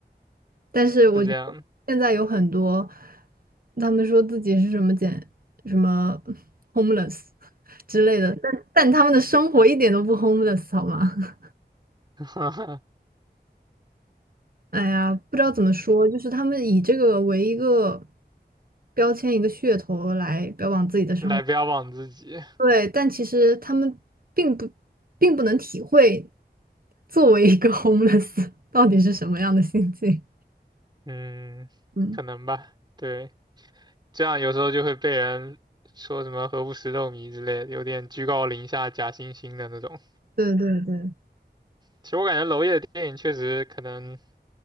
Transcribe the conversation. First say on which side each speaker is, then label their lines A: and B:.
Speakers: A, on the right (about 55°); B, on the right (about 25°).
A: 但是我觉得现在有很多，
B: 是这样，
A: 他们说自己是什么简什么 <laughs> homeless 之类的，但但他们的生活一点都不 homeless 好吗？
B: <laughs>
A: 哎呀，不知道怎么说，就是他们以这个为一个标签、一个噱头来标榜自己的生活，
B: 来标榜自己，
A: 对，但其实他们并不并不能体会作为一个 <laughs> homeless 到底是什么样的心境。
B: 嗯，
A: 嗯，
B: 可能吧，对。这样有时候就会被人说什么“何不食肉糜”之类的，有点居高临下、假惺惺的那种。
A: 对对对，
B: 其实我感觉娄烨的电影确实可能